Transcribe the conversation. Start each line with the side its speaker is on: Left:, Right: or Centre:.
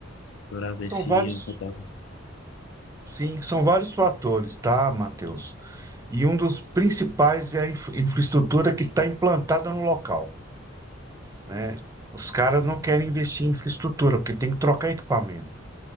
Left: para ver
Right: São
Left: se
Right: vários,
Left: eu encontrava.
Right: Sim, são vários fatores, tá, Matheus? E um dos principais é a infra- infraestrutura que está implantada no local, né? Os caras não querem investir em infraestrutura, porque tem que trocar equipamento.